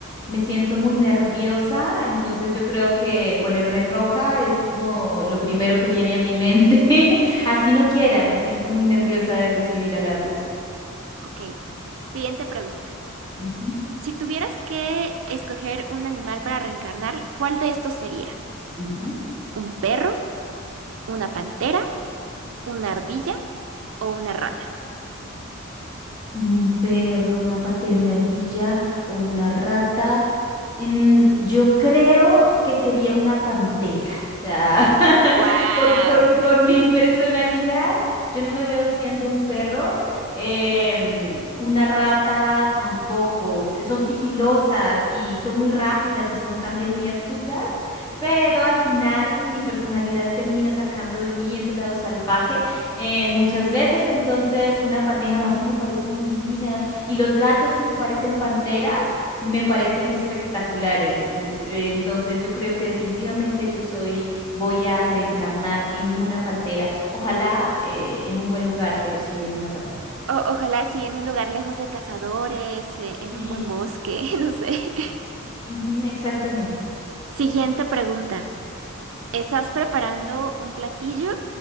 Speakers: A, on the left; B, on the right.
A: me siento muy nerviosa. Entonces yo creo que ponerme roja es como lo primero que viene a mi mente. <laughs> Así no quiera, me siento muy nerviosa de recibir halagos.
B: Ok, siguiente pregunta.
A: Ujú,
B: Si tuvieras que escoger un animal para reencarnar, ¿cuál de estos sería?
A: ujú.
B: ¿Un perro, una pantera, una ardilla o una rata?
A: un perro, una pantera, una ardilla o una rata. Mm, yo creo que sería una pantera. O sea, <laughs>
B: ¡Guau!
A: por, por-
B: <laughs>
A: por mi personalidad, yo no me veo siendo un perro, em, una rata tampoco. S- Son sigilosas y son muy rápidas y son también muy astutas, pero al final mi personalidad termina sacando de mí ese lado salvaje eh, muchas veces, entonces, una pan- además que me parecen divinas. Y los gatos que se parecen panteras me parecen espectaculares. Eh, Entonces, yo creo que definitivamente yo soy, voy a reencarnar en una pantera. Ojalá eh, en un buen lugar, pero sí en una pantera.
B: O- ojalá sí, en un lugar lejos de cazadores, eh, en
A: Sí.
B: un buen bosque, <laughs> no sé.
A: Ujú, exactamente.
B: Siguiente pregunta. Estás preparando un platillo,